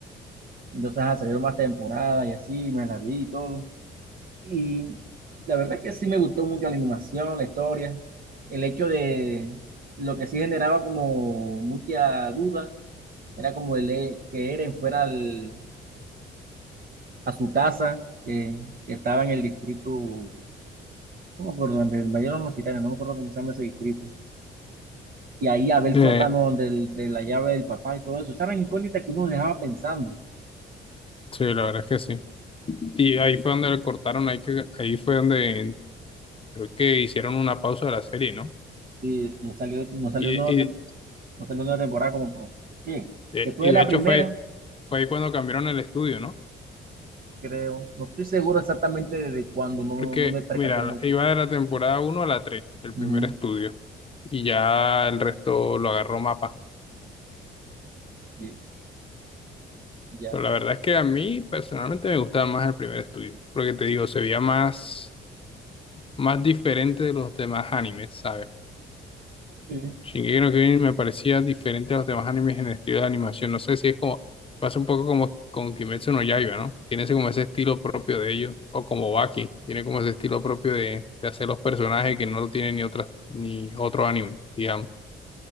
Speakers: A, on the right (about 45°); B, on the left (about 25°).
A: Entonces, ah, salieron más temporadas y así, me las vi y todo. Y la verdad es que sí me gustó mucho la animación, la historia, el hecho de lo que sí generaba como mucha duda, era como el e- que Eren fuera al- a su casa, que, que estaba en el distrito No me acuerdo, donde invadieron los titanes, no me acuerdo cómo se llama ese distrito. Y ahí a ver el
B: Eh,
A: sótano del- de la llave del papá y todo eso. Esa era incógnita que uno dejaba pensando.
B: sí, la verdad es que sí. Y ahí fue donde le cortaron, ahí, que, ahí fue donde creo que hicieron una pausa de la serie, ¿no?
A: Y nos salió, nos salió,
B: Y,
A: una
B: y,
A: tem- nos salió una temporada como, por- ¿qué?
B: de,
A: Después
B: y
A: de
B: de
A: la
B: hecho
A: primera,
B: fue, fue ahí cuando cambiaron el estudio, ¿no?
A: creo. No estoy seguro exactamente desde cuándo, no,
B: Porque,
A: no me percaté
B: mira,
A: mucho.
B: iba de la temporada uno a la 3 el
A: Ujú.
B: primer estudio, y ya el resto lo agarró Mapa.
A: Sí, ya.
B: Pero la verdad es que a mí personalmente me gustaba más el primer estudio, porque te digo, se veía más, más diferente de los demás animes, ¿sabes?
A: Sí,
B: Shingeki no Kyojin me parecía diferente a los demás animes en el estilo de animación. No sé si es como, pasa un poco como con Kimetsu no Yaiba, ¿no? Tiene ese, como ese estilo propio de ellos, o como Baki, tiene como ese estilo propio de, de hacer los personajes que no lo tiene ni otras, ni otro anime, digamos,